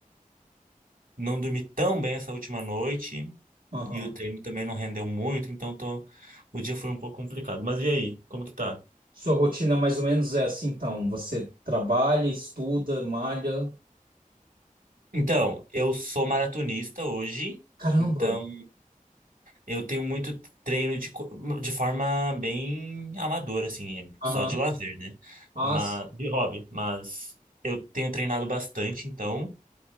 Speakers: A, on the right; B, on the right.
A: não dormi tão bem essa última noite
B: Aham.
A: e o treino também não rendeu muito, então tô, o dia foi um pouco complicado. Mas e aí? Como que tá?
B: Sua rotina mais ou menos é assim, então. Você trabalha, estuda, malha.
A: Então, eu sou maratonista hoje.
B: Caramba!
A: Então, Eu tenho muito treino de, co- de forma bem amadora, assim,
B: Aham.
A: só de lazer, né?
B: Ah,
A: Mas,
B: sim.
A: de hobby, mas eu tenho treinado bastante, então.